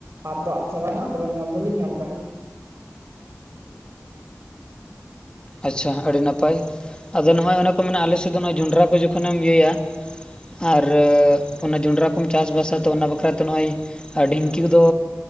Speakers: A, on the right (about 60°); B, on the left (about 20°).
A: ᱟᱫ ᱫᱚ ᱟᱫ ᱪᱟᱵᱟᱭᱱᱟ ᱛᱚᱵᱮ ᱧᱮᱞ ᱫᱚᱞᱤᱧ ᱧᱮᱞ ᱠᱟᱜ ᱜᱮᱭᱟ
B: ᱟᱪᱷᱟ ᱟᱹᱰᱤ ᱱᱟᱯᱟᱭ ᱟᱫᱚ ᱱᱚᱜᱼᱚᱭ ᱚᱱᱮ ᱠᱚ ᱢᱮᱱᱟ ᱟᱞᱮᱥᱮᱫ ᱫᱚ ᱱᱚᱜᱼᱚᱭ ᱡᱚᱸᱰᱨᱟ ᱠᱚ ᱡᱚᱠᱷᱚᱱᱮᱢ ᱤᱭᱟᱹᱭᱟ ᱟᱨ ᱚᱱᱟ ᱡᱚᱸᱰᱨᱟ ᱠᱚᱢ ᱪᱟᱥ ᱵᱟᱥᱟ ᱛᱚ ᱚᱱᱟ ᱵᱟᱠᱷᱨᱟ ᱛᱮ ᱱᱚᱜᱼᱚᱭ ᱟᱨ ᱰᱷᱤᱝᱠᱤ ᱠᱚᱫᱚ